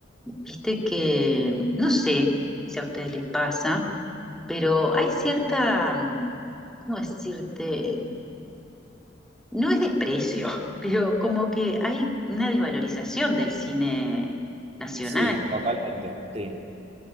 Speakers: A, in the centre; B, on the right.
A: viste que, no sé si a ustedes les pasa, pero hay cierta, ¿cómo decirte? No es desprecio, <laughs> pero como que hay una desvalorización del cine nacional.
B: Sí, totalmente. Sí.